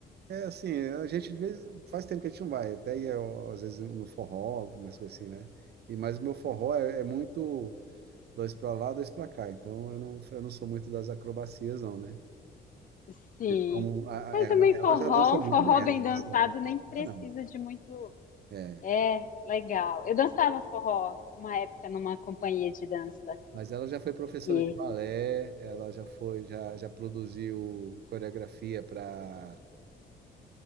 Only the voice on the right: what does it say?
É assim, a gente de vez faz tempo que a gente não vai, até ia, ó, às vezes no forró, algumas coisas assim, né? E, mas o meu forró é, é muito dois para lá, dois para cá, então eu não, eu não sou muito das acrobacias, não, né?
Como a- a-
ela,
ela
já dança
muito
bem, ela
dança,
ela dança
pra caramba.
É.
Mas ela já foi professora
de balé, ela já foi, já, já produziu coreografia para